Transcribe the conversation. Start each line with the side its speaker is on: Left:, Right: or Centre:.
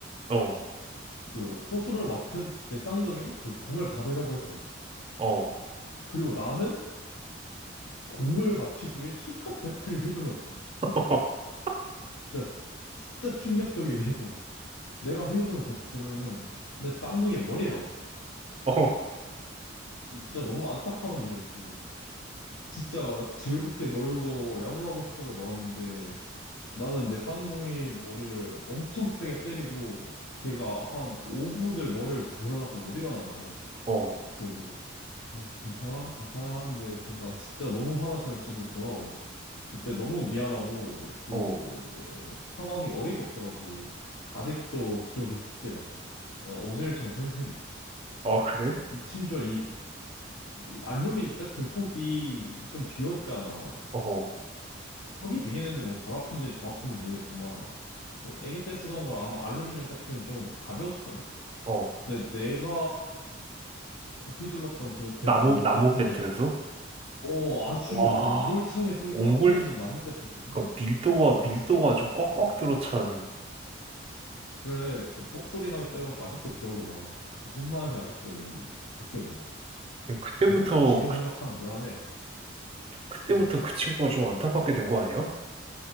Right: 어,
Left: 그 포수를 맡은 내 쌍둥이는 그 공을 받으려고 했어.
Right: 어,
Left: 그리고 나는 공을 맞추기 위해 힘껏 배트를 휘둘렀지.
Right: <laughs>
Left: 진짜 진짜 충격적이게도 내가 휘두른 배트는 내 쌍둥이의 머리에 맞았어.
Right: 어.
Left: 진짜 너무 안타까운 일이었지. 진짜 즐겁게 놀고 야구하고 싶어서 나왔는데 나는 내 쌍둥이 머리를 엄청 세게 때리고 걔가 한 5분을 머리를 부여잡고 못 일어나는 거야.
Right: 어.
Left: 그래서 어, 괜찮아? 괜찮아 하는데 걔가 진짜 너무 화난 채로 집으로 돌아와 버렸어. 그때 너무 미안하고 그
Right: 어,
Left: 상황이 어이가 없어가지고 아직도 기억에 깊게 남아. 어, 어제 일처럼 생생해.
Right: 아, 그래?
Left: 심지어 이 이 알루미 늄 배트 속이 좀 비었잖아.
Right: 어,
Left: 속이 비긴 했는데 뭐 덜 아픈지 더 아픈지 모르겠지만 그 아기 때 쓰던 거랑 아마 알루미늄 배트는 좀 가벼웠을 거야.
Right: 어,
Left: 근데 내가 휘둘렀던 그때
Right: 나무,
Left: 그
Right: 나무
Left: 배트는
Right: 배트에서?
Left: 어 아주
Right: 와,
Left: 옹골차게 속이
Right: 옹골,
Left: 꽉 차 있는 나무 배트였거든.
Right: 그 밀도가,
Left: 그지.
Right: 밀도가 아주 꽉꽉 들어찬,
Left: 그래 그 뻑소리 나게 때려가지고 아직도 기억에 나. 그 손맛이 아직도 이, 느껴져.
Right: 그때부터,
Left: 그래서 지금
Right: 그,
Left: 생각하면 미안해.
Right: 그때부터
Left: 어
Right: 그 친구가 좀 안타깝게 된 거 아니야?